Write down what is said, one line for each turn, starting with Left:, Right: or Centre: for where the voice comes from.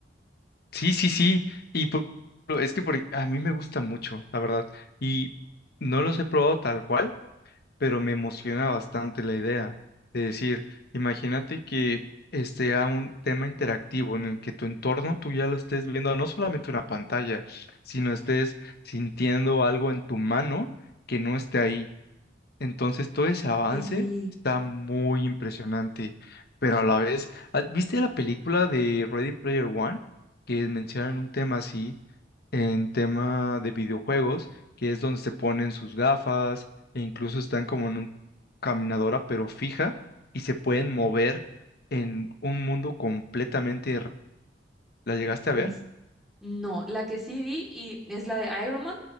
Left: Sí, sí, sí. Y pu- es que por- a mí me gusta mucho, la verdad. Y no los he probado tal cual, pero me emociona bastante la idea de decir, imagínate que este a un tema interactivo en el que tu entorno tú ya lo estés viendo, no solamente una pantalla, sino estés sintiendo algo en tu mano que no esté ahí. Entonces, todo ese avance
Centre: Sí.
Left: está muy impresionante, pero a la vez, ah, ¿viste la película de Ready Player One? Que mencionan un tema así, en tema de videojuegos, que es donde se ponen sus gafas e incluso están como en una caminadora, pero fija, y se pueden mover en un mundo completamente... r- ¿La llegaste a
Centre: es-
Left: ver?
Centre: No, la que sí vi y es la de Iron Man.